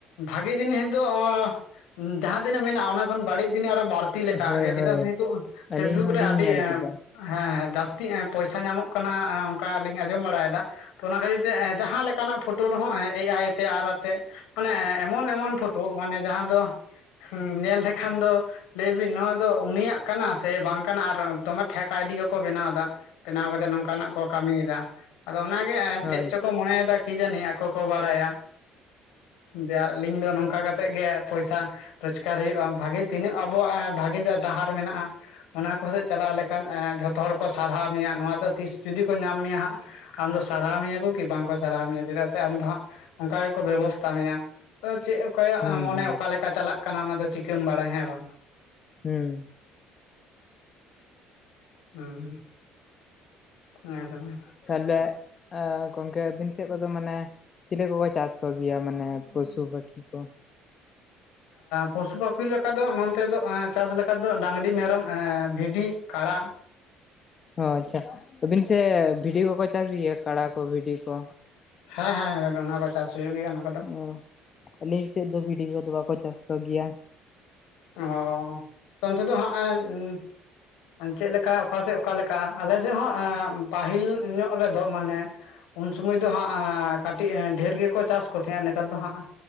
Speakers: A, on the left; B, on the left.
A: ᱵᱷᱟᱜᱤ ᱡᱤᱱᱤᱥ ᱫᱚ ᱚᱸ ᱡᱟᱦᱟᱸ ᱛᱤᱱᱟᱹᱜ ᱢᱮᱱᱟᱜᱼᱟ ᱚᱱᱟ ᱠᱷᱚᱱ ᱵᱟᱹᱲᱤᱡ ᱡᱤᱱᱤ ᱟᱨᱚ ᱵᱟᱹᱲᱛᱤ ᱞᱮᱠᱟᱜ
B: ᱦᱳᱭ
A: ᱜᱮ ᱪᱮᱫᱟᱜ
B: ᱦᱳᱭ
A: ᱥᱮ ᱱᱤᱛᱚᱜ ᱯᱷᱮᱥᱵᱩᱠ
B: ᱟᱹᱞᱤᱧ ᱦᱚᱞᱤᱧ
A: ᱨᱮ
B: ᱧᱮᱞ ᱠᱮᱫᱟ
A: ᱦᱮᱸ ᱦᱮᱸ ᱡᱟᱹᱥᱛᱤ ᱮᱸ ᱯᱚᱭᱥᱟ ᱧᱟᱢᱚᱜ ᱠᱟᱱᱟ ᱚᱝᱠᱟ ᱞᱤᱧ ᱟᱸᱡᱚᱢ ᱵᱟᱲᱟᱭᱫᱟ᱾ ᱛᱚ ᱚᱱᱟ ᱠᱷᱟᱹᱛᱤᱨ ᱛᱮ ᱮᱸ ᱡᱟᱦᱟᱸ ᱞᱮᱠᱟᱱᱟᱜ ᱯᱷᱳᱴᱳ ᱨᱮᱦᱚᱸ ᱮ ᱟᱭ ᱛᱮ ᱟᱨ ᱟᱛᱮᱜ ᱢᱟᱱᱮ ᱮᱢᱚᱱ ᱮᱢᱚᱱ ᱯᱷᱚᱴᱳ ᱢᱟᱱᱮ ᱡᱟᱦᱟᱸ ᱫᱚ ᱦᱮᱸᱻ ᱧᱮᱞ ᱞᱮᱠᱷᱟᱱ ᱫᱚ ᱞᱟᱹᱭ ᱵᱤᱱ ᱱᱚᱣᱟ ᱫᱚ ᱩᱱᱤᱭᱟᱜ ᱠᱟᱱᱟ ᱥᱮ ᱵᱟᱝ ᱠᱟᱱᱟ? ᱫᱚᱢᱮ ᱯᱷᱮᱸᱠ ᱟᱭᱰᱤ ᱜᱮᱠᱚ ᱵᱮᱱᱟᱣ ᱫᱟ, ᱵᱮᱱᱟᱣ ᱠᱟᱛᱮ ᱱᱚᱝᱠᱟᱱᱟᱜ ᱠᱚ ᱠᱟᱹᱢᱤᱭᱮᱫᱟ᱾ ᱟᱫᱚ ᱚᱱᱟ ᱜᱮ
B: ᱦᱳᱭ
A: ᱪᱮᱫ ᱪᱚᱠᱚ ᱢᱚᱱᱮᱭᱮᱫᱟ ᱠᱤ ᱡᱟᱹᱱᱤ ᱟᱠᱚ ᱠᱚ ᱵᱟᱲᱟᱭᱟ᱾ ᱡᱮᱭᱟ ᱟᱹᱞᱤᱧ ᱫᱚ ᱱᱚᱝᱠᱟ ᱠᱟᱛᱮᱜ ᱜᱮ ᱯᱚᱭᱥᱟ ᱨᱳᱡᱽᱜᱟᱨ ᱦᱩᱭᱩᱜᱼᱟ, ᱵᱷᱟᱜᱤ ᱛᱤᱱᱟᱹᱜ ᱟᱵᱚᱣᱟᱜ ᱵᱷᱟᱹᱜᱤ ᱰᱟᱦᱟᱨ ᱢᱮᱱᱟᱜᱼᱟ᱾ ᱟᱠ ᱥᱮᱫ ᱪᱟᱞᱟᱣ ᱞᱮᱠᱷᱟᱱ ᱡᱷᱚᱛᱚ ᱦᱚᱲ ᱠᱚ ᱥᱟᱨᱦᱟᱣ ᱢᱮᱭᱟ, ᱱᱚᱣᱟ ᱫᱚ ᱛᱤᱥ ᱡᱩᱫᱤ ᱠᱚ ᱧᱟᱢ ᱢᱮᱭᱟ ᱦᱟᱸᱜ ᱟᱢᱫᱚ ᱥᱟᱨᱦᱟᱣ ᱢᱮᱭᱟ ᱠᱚ ᱠᱤ ᱵᱟᱝ ᱠᱚ ᱥᱟᱨᱦᱟᱣ ᱢᱮᱭᱟ ᱪᱮᱫᱟᱜ ᱥᱮ ᱟᱢ ᱫᱚ ᱦᱟᱸᱜ ᱚᱱᱠᱟ ᱜᱮ ᱠᱚ ᱵᱮᱵᱚᱥᱛᱟ ᱢᱮᱭᱟ᱾ ᱪᱮᱫ ᱚᱠᱚᱭᱟᱜ
B: ᱦᱩᱸ
A: ᱢᱚᱱᱮ
B: ᱦᱩᱸ
A: ᱚᱠᱟ ᱞᱮᱠᱟ ᱪᱟᱞᱟᱜ ᱠᱟᱱᱟ, ᱚᱱᱟ ᱫᱚ ᱪᱤᱠᱟᱹᱢ ᱵᱟᱲᱟᱭᱟ ᱦᱮᱸ ᱵᱟᱝ?
B: ᱦᱩᱸ
A: ᱦᱩᱸ ᱦᱩᱸ <inaudible> ᱦᱮᱸ ᱫᱚ ᱵᱟᱝ,
B: ᱛᱟᱦᱞᱮ ᱜᱚᱝᱠᱮ ᱟᱹᱵᱤᱱ ᱥᱮᱫ ᱠᱚᱫᱚ ᱢᱟᱱᱮ ᱪᱤᱞᱤ ᱠᱚᱠᱚ ᱪᱟᱥ ᱠᱚᱜᱮᱭᱟ ᱢᱟᱱᱮ ᱯᱚᱥᱩ ᱯᱟᱠᱷᱤ ᱠᱚ?
A: ᱯᱚᱥᱩ ᱯᱟᱠᱷᱤ ᱞᱮᱠᱟ ᱫᱚ ᱱᱚᱱᱛᱮ ᱫᱚ ᱪᱟᱥ ᱞᱮᱠᱟ ᱫᱚ ᱰᱟᱺᱝᱨᱤ ᱢᱮᱨᱚᱢ ᱵᱷᱤᱰᱤ ᱠᱟᱲᱟ
B: ᱚ ᱟᱪᱪᱷᱟ ᱟᱹᱵᱤᱱ ᱥᱮ ᱵᱷᱤᱰᱤ ᱠᱚᱠᱚ ᱪᱟᱥ ᱜᱮᱭᱟ ᱠᱟᱲᱟ ᱠᱚ ᱵᱷᱤᱰᱤ ᱠᱚ?
A: ᱦᱮᱸ ᱦᱮᱸ ᱦᱮᱸ ᱚᱱᱟ ᱠᱚ ᱪᱟᱥ ᱦᱩᱭᱩᱜ ᱜᱮᱭᱟ ᱱᱟᱜ᱾
B: ᱚ ᱟᱹᱞᱤᱧ ᱥᱮᱫ ᱫᱚ ᱵᱷᱤᱰᱤ ᱠᱚᱫᱚ ᱵᱟᱠᱚ ᱪᱟᱥ ᱠᱚ ᱜᱮᱭᱟ᱾
A: ᱚ ᱚᱱᱛᱮ ᱫᱚ ᱦᱟᱸᱜ ᱮ ᱪᱮᱫ ᱞᱮᱠᱟ ᱚᱠᱟ ᱥᱮᱫ ᱚᱠᱟᱞᱮᱠᱟ? ᱟᱞᱮ ᱥᱮᱫ ᱦᱚᱸ ᱯᱟᱹᱦᱤᱞ ᱧᱚᱜ ᱨᱮᱫᱚ ᱢᱟᱱᱮ ᱩᱱ ᱥᱩᱢᱚᱭ ᱫᱚ ᱦᱟᱸᱜ ᱠᱟᱹᱴᱤᱡ ᱰᱷᱮᱨ ᱜᱮᱠᱚ ᱪᱟᱥ ᱠᱚ ᱛᱟᱦᱮᱸᱫ᱾ ᱱᱮᱛᱟᱨ ᱫᱚ ᱦᱟᱸᱜ